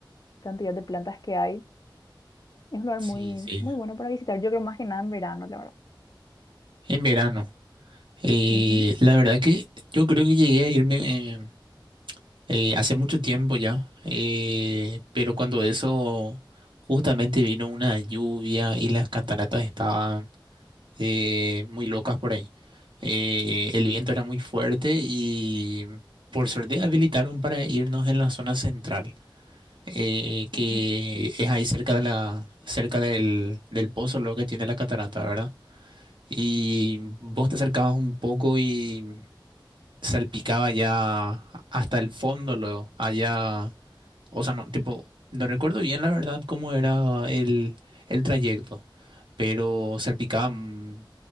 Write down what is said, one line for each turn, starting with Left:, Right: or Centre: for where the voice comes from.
Left: cantidad de plantas que hay. Es un lugar
Right: sí,
Left: muy,
Right: sí.
Left: muy bueno para visitar, yo creo más que nada en verano, la verdad.
Right: En verano. Eh,
Left: Ujú,
Right: la verdad que yo creo que llegué a irme eh, eh, hace mucho tiempo ya, eh, pero cuando eso justamente vino una lluvia y las cataratas estaban eh, muy locas por ahí. Eh, el viento era muy fuerte y por suerte habilitaron para irnos en la zona central, eh, que
Left: ujú.
Right: es ahí cerca de la, cerca del, del pozo lo que tiene la catarata, ¿verdad? Y vos te acercabas un poco y salpicaba ya hasta el fondo luego, allá. O sea, no, tipo, no recuerdo bien la verdad cómo era el, el trayecto, pero salpicaba mm,